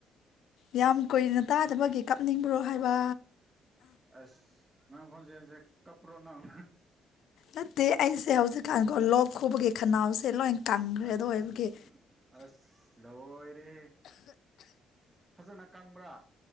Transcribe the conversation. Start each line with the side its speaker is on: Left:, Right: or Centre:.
Left: ꯌꯥꯝ ꯀꯨꯏꯅ ꯇꯥꯗꯕꯒꯤ ꯀꯥꯞꯅꯤꯡꯕ꯭ꯔꯣ ꯍꯥꯏꯕ
Right: ꯑꯁ ꯅꯪꯈꯣꯟꯖꯁꯦ ꯀꯄ꯭ꯔꯣ ꯅꯪ
Left: ꯅꯠꯇꯦ ꯑꯩꯁꯦ ꯍꯧꯖꯤꯛꯀꯥꯟꯀꯣ ꯂꯣꯛ ꯈꯨꯕꯒꯤ ꯈꯅꯥꯎꯁꯦ ꯂꯣꯏ ꯀꯪꯈ꯭ꯔꯦ
Right: ꯑꯁ
Left: ꯑꯗꯨꯗ ꯑꯣꯏꯕꯒꯤ
Right: ꯑꯁ ꯂꯣꯏꯔꯦꯍꯦ ꯐꯖꯅ ꯀꯪꯕ꯭ꯔꯥ